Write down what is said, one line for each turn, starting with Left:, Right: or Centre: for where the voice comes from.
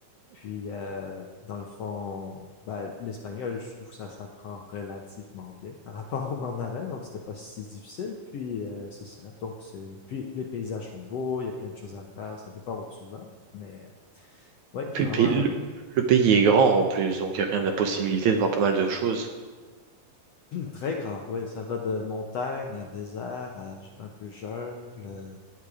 Left: puis euh, dans le fond, ben, l'espagnol, je trouve que ça s'apprend relativement bien par rapport au mandarin. Donc c'était pas si difficile. Puis euh, c'est ça. Donc c'est puis les paysages sont beaux, il y a plein de choses à faire. Ça dépend où tu vas. Mais euh, ouais,
Right: Et
Left: j'ai
Right: Puis
Left: vraiment
Right: le pays,
Left: adoré.
Right: le, le pays est grand en plus, donc il y a quand même la possibilité de voir pas mal de choses.
Left: Très grand, oui. Ça va de montagne à désert à j- un peu jungle, euh,